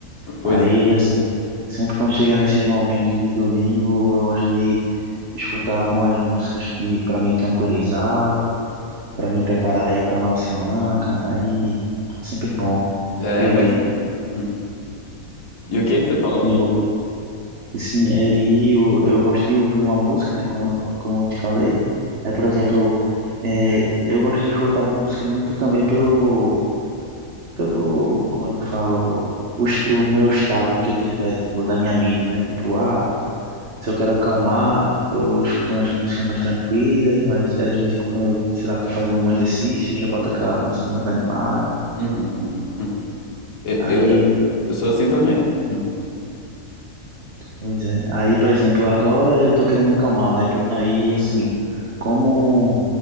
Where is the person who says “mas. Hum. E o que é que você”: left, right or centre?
Left